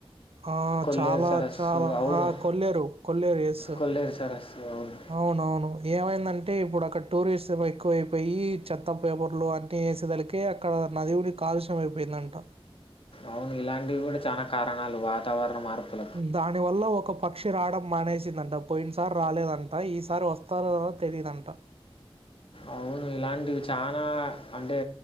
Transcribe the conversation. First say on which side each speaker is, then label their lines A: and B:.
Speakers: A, on the right (about 75°); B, on the left (about 65°).
A: ఆ
B: కొల్లేరు
A: చాలా
B: సరస్సు
A: చాలా
B: అవును.
A: ఆ కొల్లేరు కొల్లేరు ఎస్
B: కొల్లేరు సరస్సు అవును.
A: అవునవును ఏమైందంటే ఇప్పుడు అక్కడ టూరిస్ట్ ఎక్కువయిపోయి చెత్త పేపర్లు అ పట్ చేసేదలకే అక్కడ నదివుడి కాలుష్యం అయిపోయిందంట.
B: అవును ఇలాంటివి కూడా చాలనా కారణాలు వాతావరణ మార్పుల
A: దాని వల్ల ఒక పక్షి రావడం మానేసిందంట పోయిన సారి రాలేదంట. ఈసారి వస్తాదొ రాదో తెలిదంట
B: అవును ఇలాంటివి చాలా అంటే